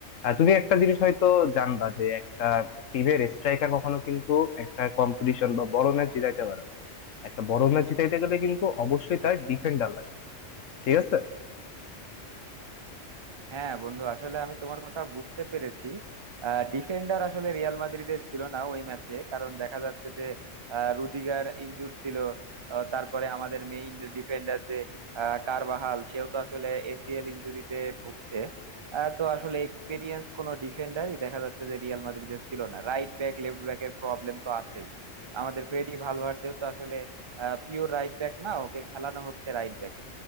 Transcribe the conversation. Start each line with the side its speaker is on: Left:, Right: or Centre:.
Left: আর তুমি একটা জিনিস হয়তো জানবা যে একটা টিমের স্ট্রাইকার কখনো কিন্তু একটা কম্পিটিশন বা বড় ম্যাচ জেতাইতে পারে না। একটা বড় ম্যাচ জিতাইতে গেলে কিন্তু অবশ্যই তার ডিফেন্ডার লাগে ঠিক আছে
Right: হ্যাঁ বন্ধু আসলে আমি তোমার কথা বুঝতে পেরেছি ডিফেন্ডার আসলে রিয়াল মাদ্রিদের ছিল না ওই ম্যাচে কারণ দেখা যাচ্ছে যে আহ, রুদিগার ইনজুর ছিল আহ, তারপরে আমাদের মেইন ডিফেন্ডার যে আহ, কারবাহাল সেও তো আসলে এসিএল ইনজুরিতে ভুগছে আহ, তো আসলে এক্সপিরিয়েন্স কোনো ডিফেন্ডারই দেখা যাচ্ছে যে রিয়াল মাদ্রিদের ছিল না রাইট ব্যাক লেফট ব্যাক এর প্রবলেম তো আছেই আমাদের ফ্রেডি ভালভার্দেও তো আসলে পিওর রাইট ব্যাক না ওকে খেলানো হচ্ছে রাইট ব্যাক